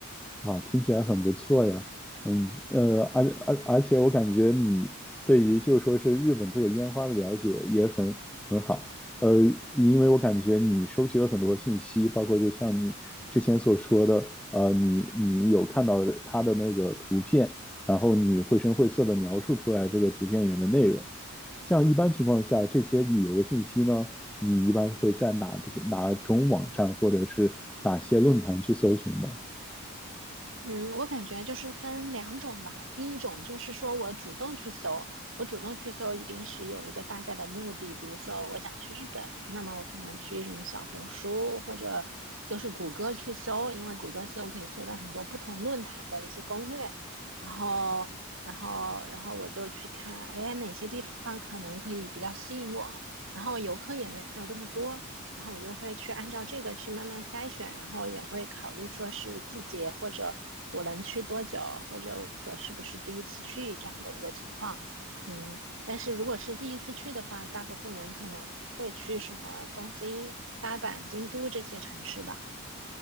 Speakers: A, in the centre; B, on the right.
A: 啊，听起来很不错呀。嗯，呃，而而而且我感觉你对于就说是日本这个烟花的了解也很很好。呃，因为我感觉你收集了很多信息，包括就像你之前所说的，呃，你你有看到它的那个图片，然后你绘声绘色的描述出来这个图片里面的内容。像一般情况下，这些旅游的信息呢，你一般会在哪哪种网站或者是哪些论坛去搜寻呢？
B: 嗯，我感觉就是分两种吧。第一种就是说我主动去搜，我主动去搜一定是有一个大概的目的，比如说我想去日本，那么我可能去什么小红书或者就是谷歌去搜，因为谷歌搜可以搜到很多不同论坛的一些攻略，然后然后然后我就去看，哎，哪些地方可能可以比较吸引我，然后游客也没有这么多。然后我就会去按照这个去慢慢筛选，然后也会考虑说是季节或者我能去多久，或者我是不是第一次去这样的一个情况。嗯，但是如果是第一次去的话，大部分人可能会去什么东京、大阪、京都这些城市吧。